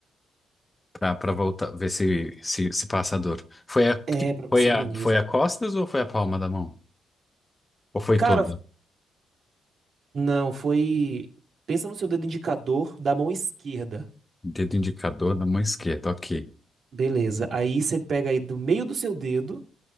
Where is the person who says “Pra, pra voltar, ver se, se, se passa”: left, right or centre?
Left